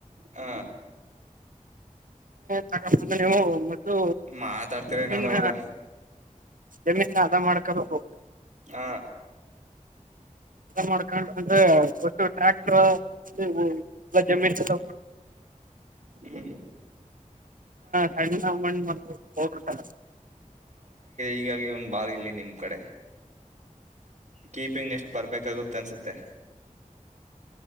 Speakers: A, on the right; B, on the right.
A: ಹ
B: ತಗೊಂದ ನೀವು ಮತ್ತು
A: ಮಾತಾಡ್ತಿರ ಏನಾರ
B: ನಿನ್ನ
A: ಒಂದ
B: ಜಮೀನ್ ಅದ ಮಾಡ್ಕೋಬೇಕು
A: ಹ
B: ಮಾಡ್ಕೊಂಡು ಅಂದ್ರೆ ಸ್ ಟ್ರ್ಯಾಕ್ಟರ್ ಎಲ್ಲ ಜಮೀನ್ ಜ
A: ಹ್ಮ್
B: ಸಣ್ಣ ಮಣ್ಣ ಮ ಹತ
A: ಈಗಾಗಿ ಒಂದ್ ಬಾರಿ ಇಲ್ಲಿ ನಿಮ್ ಕಡೆ ಕೀಪಿಂಗ್ ಎಷ್ಟ್ ಬರ್ಬೇಕಕ್ಗುತ್ತೆ ಅನ್ಸುತ್ತೆ